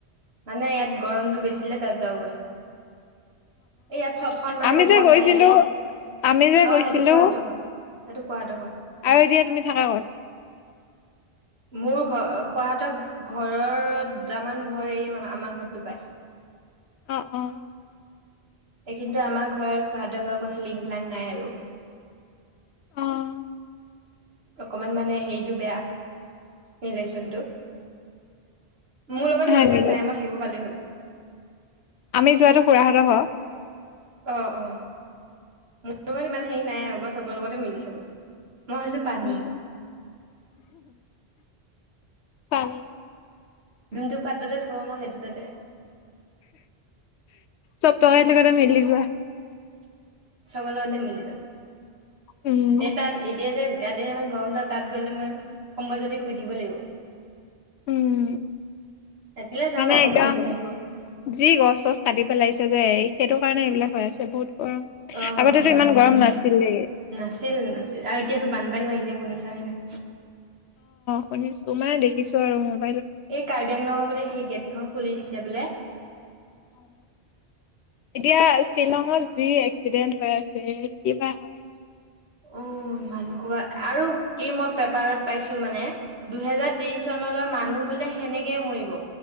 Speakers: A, on the right (about 70°); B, on the left (about 90°).
A: মানে ইয়াত গৰমটো বেচি দিলে তাত যাওঁ গৈ। এ ইয়াত ছটখন মানে
B: আমি
A: ওপৰত
B: গৈছিলো
A: নাই যে অ
B: আমি যে গৈছিলো
A: সেইটো খুৰাহঁতৰ ঘৰ। সেইটো খুৰাহঁতৰ ঘৰ।
B: আৰু এতিয়া তুমি থাকা ক'ত।
A: মোৰ ঘৰ খুৰাহঁতৰ ঘৰৰ দুটামান ঘৰ এৰিয়ে আমাৰ ঘৰটো পায়।
B: অ অ
A: কিন্তু আমাৰ ঘৰ আৰু খুৰাহঁতৰ ঘৰত কোনো লিং লাং নাই আৰু।
B: অ',
A: অকমান মানে হেৰিটো বেটা ৰিলেচনটো। মোৰ লগত
B: হয়
A: সেইবিলাক
B: নেকি
A: নাই মই থাকিব পালে হ'ল।
B: আমি যোৱাটো খুৰাহঁতৰ ঘৰ।
A: অ। অ। মোৰ লগত ইমান হেৰি নাই আৰু মই চবৰ লগতে মিলি থাকো। মই হৈছো পানী
B: উম। তানে
A: যোনটো পাত্ৰতে থব মই সেইটো তাতে।
B: চব <unintelligible> তকাল কৰে মিলি যোৱা।
A: চবৰ লগতে মিলি যাম।
B: উম
A: এ তাত এতিয়া যে ইয়াতে ইমান গৰম, তাত গ'লে মই কম্বলজাপী শুই থাকিব লাগিব।
B: উম।
A: ৰাতিলৈ যাম
B: মানে
A: আৰু
B: একদম
A: পাপাই নিবলৈ আহিব
B: যি গছ চছ কাটি পেলাইছে যে সেইটো। কাৰণে এইবিলাক হৈ আছে বহুত। গৰম
A: অ
B: আগতেতো
A: অ
B: ইমান
A: সেইটোও
B: গৰম নাছিলে
A: হয় নাছিল নাছিল আৰু এতিয়াতো বানপানী হৈ। এতিয়া শুনিছানে নাই।
B: শুনিছোঁ মানে দেখিছোঁ আৰু মোৰ।
A: এই কাৰ্বি আংলঙৰ বোলে সেই গেট কেইখন খুলি দিছে বোলে।
B: <inaudible> এতিয়া শ্বিলঙত যি এক্সিডেন্ট হৈ আছে, কি বা হয়।
A: উম মানুহসোবা আৰু কি মই পেপাৰত পাইছো মানে দুহেজাৰ ত্ৰিশ চনলৈ মানুহ বোলে সেনেকেই মৰিব।